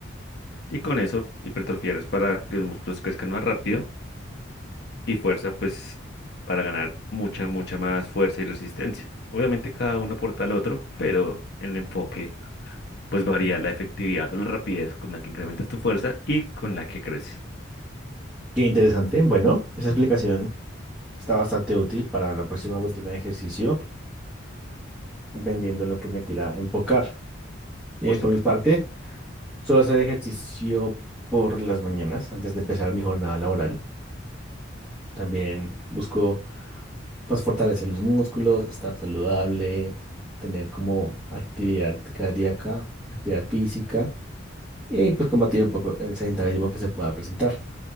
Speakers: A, on the left; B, in the centre.
A: Y con eso, hipertrofiar es para que los músculos crezcan más rápido y fuerza, pues para ganar mucha, mucha más fuerza y resistencia. Obviamente cada uno aporta al otro, pero en el enfoque pues varía la efectividad o la rapidez con la que incrementas tu fuerza y con la que creces.
B: qué interesante. Bueno, esa explicación está bastante útil para la próxima rutina de ejercicio, dependiendo de lo que me quiera enfocar. Eh,
A: Por
B: por
A: supuesto,
B: mi parte, suelo hacer ejercicio por las mañanas antes de empezar mi jornada laboral. También busco pues fortalecer los músculos, estar saludable, tener como actividad cardíaca, actividad física y pues combatir un poco el sedentarismo que se pueda presentar.